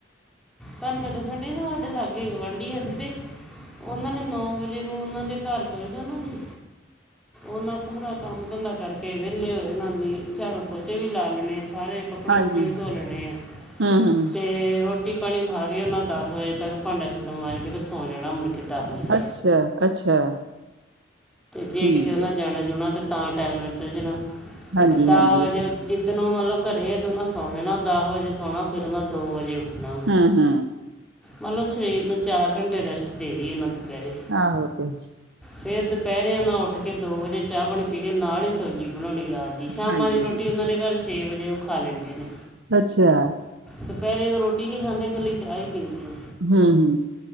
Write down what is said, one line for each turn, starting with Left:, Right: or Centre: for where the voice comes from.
Centre: ਤਾਨੂੰ ਮੈਂ ਦੱਸਣ ਡੂਈ ਨਾ ਸਾਡੇ ਲਾਗੇ ਗੁਆਂਢੀ ਆ ਤੇ ਓਨਾਂ ਨੇ ਨੌ ਵਜੇ ਨੂੰ ਉਨ੍ਹਾਂ ਦੇ ਘਰ ਜਾਈਦਾ ਨਾ ਜੀ ਓਨਾਂ ਪੂਰਾ ਕੰਮ ਧੰਦਾ ਕਰਕੇ ਵੈਲੇ ਹੋਏ ਹੋਣਾ ਨਾਲੇ ਝਾੜੂ-ਪੋਚੇ ਵੀ ਲਾ ਲੈਣੇ ਸਾਰੇ ਕੱਪੜੇ-ਕੁੱਪੜੇ
Right: ਹਾਂਜੀ
Centre: ਵੀ ਧੋ ਲੈਂਦੇ ਹਾਂ
Right: ਹੂੰ ਹੂੰ
Centre: ਤੇ ਰੋ ਪਾਣੀ ਖਾ ਕੇ ਓਨਾਂ ਦਸ ਵਜੇ ਤੱਕ ਭਾਂਡਾ-ਛੱਲਾਂ ਮਾਂਜ ਕੇ ਤੇ ਸੌਂ ਜਾਣਾ ਤੇ ਮੁੜਕੇ ਕਿਦਾਂ ਅਪਨੇ ਜੀ,
Right: ਅੱਛਾ ਅੱਛਾ
Centre: ਜੇ
Right: ਠੀਕ
Centre: ਕਿਤੇ ਓਨਾਂ
Right: ਹੈ
Centre: ਜਾਣਾ-ਜੁਣਾ ਤੇ ਤਾਂ ਟੈਮ ਨਿਕਲ ਜਾਣਾ
Right: ਹਾਂਜੀ
Centre: ਤੇ ਦਾਹ
Right: ਹਾਂਜੀ
Centre: ਵਜੇ
Right: ਇਹ ਤਾਂ
Centre: ਜਿੱਦਣ ਓ ਮਤਲਬ ਘਰੇ ਆ ਤੇ ਓਨਾਂ ਸੌਂ ਜਾਣਾ ਦਸ ਵਜੇ ਸੌਣਾ ਫੇਰ ਓਨਾਂ ਦੋ ਵਜੇ ਉੱਠਣਾ।
Right: ਹੰ-ਹੰ।
Centre: ਓਨਾ ਸਰੀਰ ਨੂੰ ਚਾਰ ਘੰਟੇ ਰੈਸਟ ਦੇਨੀ ਓਨਾਂ ਦੋਪੈਰੇ।
Right: ਆਹੋ ਤੇ
Centre: ਫੇਰ ਦੋਪੈਰੇ ਓਨਾ ਓਠ ਕੇ ਦੋ ਵਜੇ ਚਾਹ-ਪਾਣੀ ਪੀ ਕੇ ਨਾਲ ਈ ਸਬਜੀ ਬਣਾਉਣੀ ਰਾਤ ਦੀ, ਸ਼ਾਮਾਂ
Right: ਹਾਂਜੀ-ਹਾਂਜੀ।
Centre: ਦੀ ਰੋਟੀ ਉਨ੍ਹਾਂ ਦੇ ਘਰ ਛੇ ਵਜੇ ਓ ਖਾ ਲੈਂਦੇ ਨੇ।
Right: ਅੱਛਾ।
Centre: ਦੁਪੈਰੇ ਓ ਰੋਟੀ ਨੀਂ ਖਾਂਦੇ, ਕੱਲੀ ਚਾਹ ਈ ਪੀਂਦੇ ਨੇ।
Right: ਹੂੰ-ਹੂੰ।